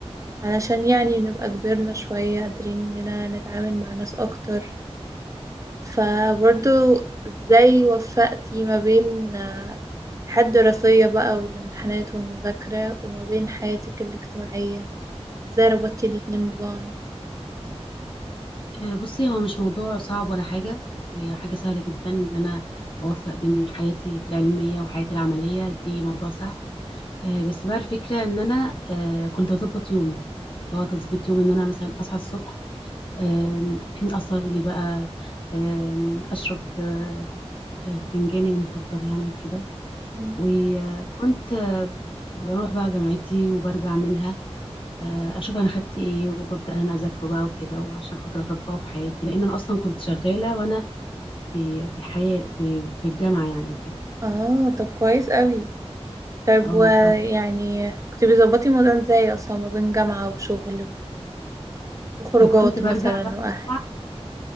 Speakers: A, on the right; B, on the left.
A: علشان يعني نبقى كبرنا شوية قادرين إننا نتعامل مع ناس أكتر فبرضو ازاي وفقتي ما بين آه، الحياة الدراسية بقى والامتحانات والمذاكرة وما بين حياتك الاجتماعية ازاي ربطتي الاتنين ببعض
B: آه، بصي هو مش موضوع صعب ولا حاجة هي حاجة سهلة جدا إن أنا أوفق بين حياتي العلمية وحياتي العملية دي موضوع سهل آه، بس بقى الفكرة إن أنا آه، كنت بظبط يومي اللي هو تظبيط يومي إن أنا مثلا أصحى الصبح آم، <clears throat> أصلي بقى آم، أشرب آه، آه، فنجاني المفضل يعني وكده
A: مم.
B: وكنت آه، بروح بقى جامعتي وبرجع منها آه، اشوف انا خدت ايه وببدا انا اذاكره بقى وكده وعشان خاطر اطبقه في حياتي لان انا اصلا كنت شغاله وانا في في الحياه في, في الجامعه يعني وكده
A: اه طب كويس قوي طيب
B: اه
A: ويعني
B: فك...
A: كنت بتظبطي الموضوع ازاي اصلا ما بين جامعة وشغل وخروجات
B: فكنت برجع
A: مثلا
B: بقى من
A: واهل
B: الجامعه